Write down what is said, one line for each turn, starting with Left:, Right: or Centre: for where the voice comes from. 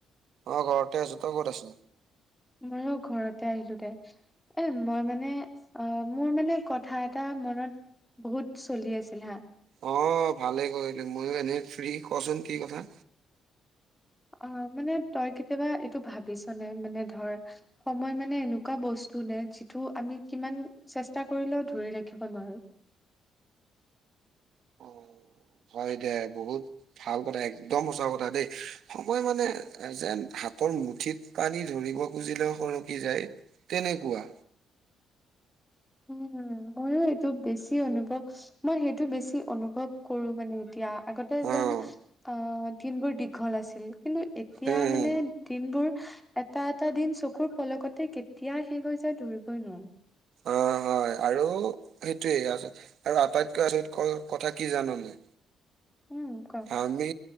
Right: অ', ঘৰতে আছো তই ক'ত আছ
Centre: ময়ো ঘৰতে আহিলো দে এহ মই মানে অ', মোৰ মানে কথা এটা মনত বহুত চলি আছিল হা
Right: অ', ভালে কৰিলি, ময়ো এনে ফ্ৰী কচোন কি কথা?
Centre: অ', মানে তই কেতিয়াবা এইটো ভাবিছ নে মানে ধৰ সময় মানে এনেকুৱা বস্তু নে যিটো আমি কিমান চেষ্টা কৰিলেও ধৰি ৰাখিব নোৱাৰো <inaudible>
Right: অ হয় দে বহুত ভাল কথা এক্দম সঁচা কথা দেই সময় মানে যেন শাকৰ মুঠিত পানী ধৰিব খুজিলেও সৰকি যায় তেনেকুৱা
Centre: উম ময়ো এইটো বেছি অনুভৱ মই সেইটো বেছি অনুভৱ কৰো মানে এতিয়া আগতে
Right: অ উম
Centre: যেন অ', দিনবোৰ দীঘল আছিল কিন্তু এতিয়া
Right: উম
Centre: মানে দিনবোৰ এটা এটা দিন চকুৰ পলকতে কেতিয়া শেষ হৈ যায় ধৰিবই নোৱাৰি
Right: অ', - অ', হয় আৰু সেইটোৱে আছে আৰু আটাইতকৈ আচৰিত কথা কি জাননে?
Centre: উম, ক
Right: আমি